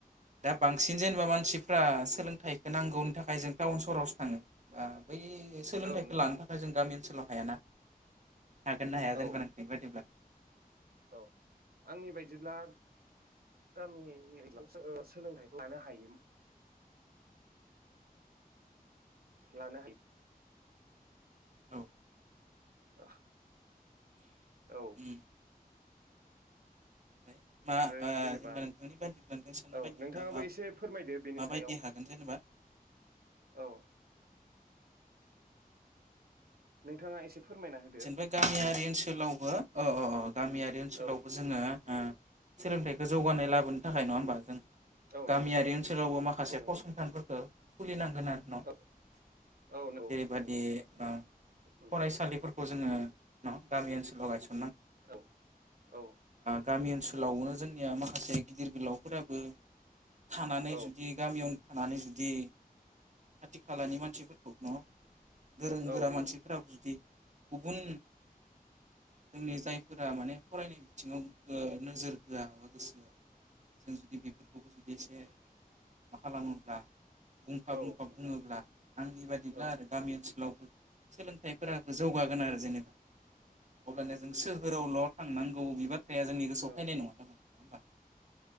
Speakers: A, on the right (about 50°); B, on the right (about 80°).
A: दा बांसिन जेनेबा मानसिफ्रा सोलोंथाइखौ नांगौनि थाखाय जों टाउन सहरावसो थाङो ओ बै सोलोंथाइखौ
B: औ नंगौ
A: लानो थाखाय जों गामि ओनसोल सोलाव हायाना हागोन ना हाया
B: औ
A: जेनेबा नोंथांनि बायदिब्ला?
B: औ आंनि बायदिब्ला गामि एरियायाव सोलोंथाइखौ लानो हायो। लानो हायो।
A: औ
B: अ औ
A: उम ओमफ्राय मा
B: आरो
A: ओ
B: जेनेबा
A: नोंथांनि बायदिब्ला नोंथांनि साननाय
B: औ
A: बायदिब्ला
B: नोंथाङाबो
A: मा
B: एसे फोरमायदो बेनि
A: माबायदि
B: सायाव
A: हागोन जेनेबा
B: औ। नोंथाङा एसे फोरमायना होदो
A: जेनेबा गामियारि ओनसोलावबो अ अ अ। गामियारि ओनसोलावबो
B: औ
A: जोंङो ओ सोलोंथाइखौ जौगानाय लाबोनो थाखाय नङा होमबा जों
B: औ
A: गामियारि
B: नंगौ
A: ओनसोलावबो माखासे
B: औ नंगौ
A: फसंथानफोरखौ खुलि नांग
B: औ
A: <unintelligible>
B: औ नंगौ
A: जेरैबादि
B: बे नंगौ
A: ओ
B: उम
A: फरायसालि फोर जोंङो न गामि ओनसोलाव गायसन
B: औ औ
A: गामि ओनसोलावनो जोंनिया माखासे गिदिर गोलावफोराबो थानानै
B: औ
A: जुदि गामियावनो थानानै जुदि खाथि खालानि मानसिफोरखौ न गोरों
B: औ
A: गोरा
B: नंगौ
A: मानसिफोराबो जुदि गुबुन जोंनि जायफोरा माने फरायनाय बिथिङाव ओ नोजोर होआ बा गोसो होआ जों जुदि बेफोरखौबो जुदि एसे मा खालामोब्ला बुंफा
B: औ
A: बुंफा
B: नोंथां
A: बुङोब्ला आंनि बादिब्ला
B: औ
A: आरो गामि ओनसोलाव सोलोंथाइफोरा जौगागोन आरो जेनेबा अब्लानिया जों सोहोराव लद थांनांगौ बिबा फाया जोंनि गोसोआव
B: औ ओ
A: फायनाय नङा नङा होमबा